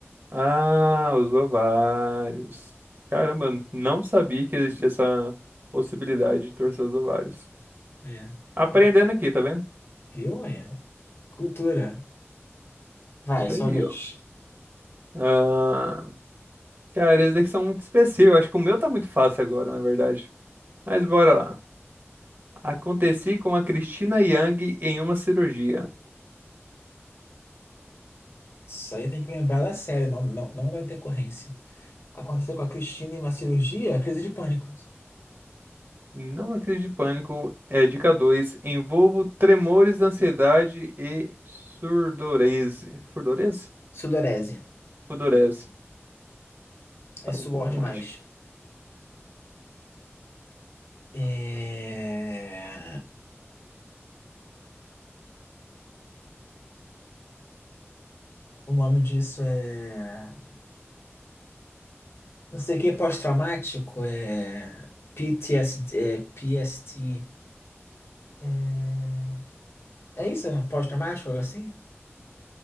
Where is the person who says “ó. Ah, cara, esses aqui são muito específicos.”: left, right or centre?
Right